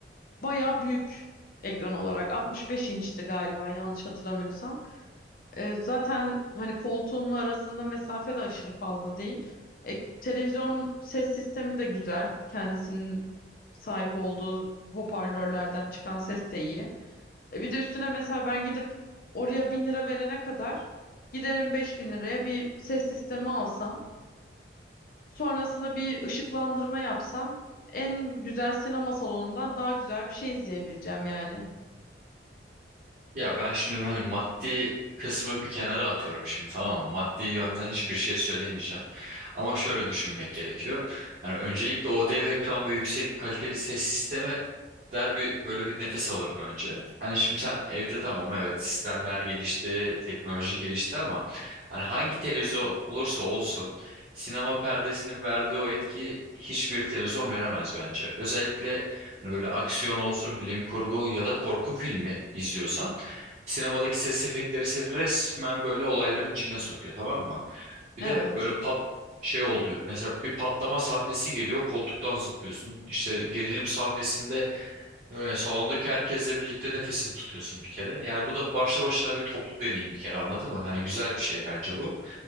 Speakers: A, on the left (about 50°); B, on the right (about 40°).
A: Bayağı büyük ekran olarak 65 inçti galiba yanlış hatırlamıyorsam. Ee, zaten hani koltuğumla arasında mesafe de aşırı fazla değil. E, televizyon ses sistemi de güzel. Kendisinin sahip olduğu hoparlörlerden çıkan ses de iyi. E, bir de üstüne mesela ben gidip oraya 1000 lira verene kadar giderim 5000 liraya bir ses sistemi alsam Sonrasında bir ışıklandırma yapsam en güzel sinema salonundan daha güzel bir şey izleyebileceğim yani.
B: Ya ben şimdi hani maddi kısmı bir kenara atıyorum şimdi tamam mı? Maddi yönden hiçbir şey söylemeyeceğim. Ama şöyle düşünmek gerekiyor. Yani öncelikle o dev ekran ve yüksek kaliteli ses sisteme der bir böyle bir nefes alırım önce. Hani şimdi sen evde tamam evet sistemler gelişti, teknoloji gelişti ama hani hangi televizyon olursa olsun sinema perdesinin verdiği o etkiyi hiçbir televizyon veremez bence. Özellikle hani böyle aksiyon olsun, bilim kurgu ya da korku filmi izliyorsan Sinemadaki ses efektleri seni resmen böyle olayların içine sokuyor tamam mı? Bir
A: Evet.
B: de böyle pat şey oluyor. Mesela bir patlama sahnesi geliyor, koltuktan zıplıyorsun. İşte gerilim sahnesinde ve salondaki herkesle birlikte nefesini tutuyorsun bir kere. Yani bu da başlı başına bir toplu deneyim bir kere anladın mı? Hani güzel bir şey bence bu.